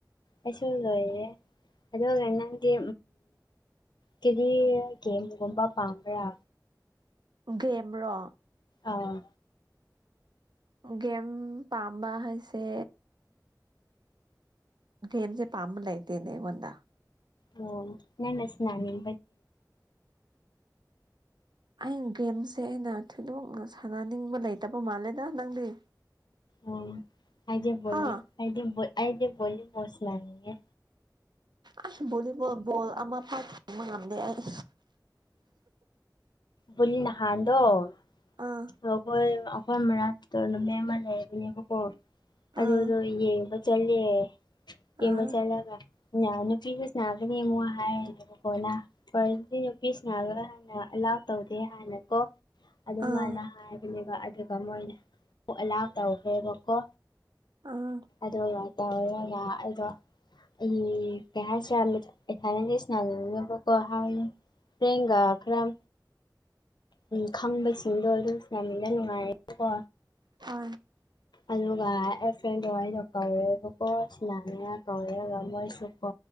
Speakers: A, on the left; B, on the right.
A: ꯑꯩꯁꯨ ꯂꯣꯏꯔꯦ ꯑꯗꯨꯒ ꯅꯪꯗꯤ ꯀꯤꯔꯤ ꯀꯦꯝ ꯀꯨꯝꯕ ꯄꯥꯡꯝꯕ꯭ꯔꯥ
B: ꯒꯦꯦꯝ꯭ꯔꯣ
A: ꯑꯥ
B: ꯒꯦꯝ ꯄꯝꯝꯕꯁꯦ ꯦꯝꯁꯦ ꯄꯥꯝꯕ ꯂꯩꯥꯏꯇꯦꯅꯦ ꯋꯥꯟꯗ
A: ꯑꯣ ꯅꯟꯅꯁꯅꯥꯅꯤꯦ
B: ꯑꯩ ꯒꯦꯝꯁꯦ ꯑꯩꯅ ꯊꯤꯗꯣꯛꯅ ꯁꯥꯟꯅꯅꯤꯡꯕ ꯂꯩꯇꯕ ꯃꯥꯜꯂꯦꯗ ꯅꯪꯗꯤ
A: ꯎ ꯑꯩꯒꯤꯦꯣꯦ
B: ꯍꯥ
A: ꯑꯗꯤ ꯑꯩꯗꯤꯦꯣꯦ ꯍꯣꯁꯂꯅꯤꯦ
B: ꯑꯁ ꯚꯣꯂꯤꯕꯣꯜ ꯣꯜ ꯑꯃ ꯐꯥ ꯊꯦꯡꯕ ꯉꯝꯗꯦ ꯑꯩ
A: ꯎꯝ ꯅꯍꯥꯟꯗꯣꯈꯣꯏ
B: ꯑꯥ
A: ꯑꯩꯈꯣꯏ ꯃꯔꯅꯥ ꯇ ꯅꯨ ꯃ ꯑꯃ ꯂꯩꯕꯅꯦꯕꯀꯣ ꯑꯗꯨꯗꯣ
B: ꯑꯥ
A: ꯌꯦꯡꯕ ꯆꯠꯂꯦ ꯀꯕ
B: ꯑꯥ
A: ꯆꯂꯒ ꯅꯨꯄꯤꯗꯨꯁꯅꯥꯒꯅꯤ ꯑꯃꯣ ꯍꯥꯏꯔꯅꯦꯕꯀꯣꯗꯤ ꯅꯨꯄꯤꯁꯤ ꯅꯥꯔꯥꯟꯅ ꯇꯧꯗꯦ ꯍꯥꯏꯅꯀꯣ ꯑꯗꯨꯃꯥꯏꯅ
B: ꯑꯥ
A: ꯍꯥꯏꯕꯅꯦꯕ ꯑꯗꯨ ꯃꯣꯏꯅ ꯄꯣꯛ ꯑꯂꯥꯎ ꯇꯧꯈ꯭ꯔꯦꯕꯀꯣ
B: ꯑꯥ
A: ꯑꯗꯨꯒ ꯇꯧꯔꯔ ꯉ ꯑꯩꯗꯣ ꯎ ꯀꯁꯦ ꯑꯦꯁꯅ ꯀꯍ ꯔꯦꯡꯒꯥꯈ꯭ꯔꯝ ꯎꯝ ꯈꯪꯕꯁꯤꯡꯗꯣ ꯑꯗꯨ ꯌꯥꯝꯃꯤꯅ ꯅꯨꯡꯉꯥꯏꯔ ꯀꯣ
B: ꯍ
A: ꯑꯗꯨꯒ ꯑꯩ ꯐ꯭ꯔꯦꯟꯗꯣ ꯋꯥꯔꯤꯗꯣ ꯀꯧꯔꯦꯕꯀꯣ ꯁꯨꯃꯅꯦꯅ ꯀꯧꯔꯦꯒ ꯃꯣꯏꯁꯨ ꯀꯣ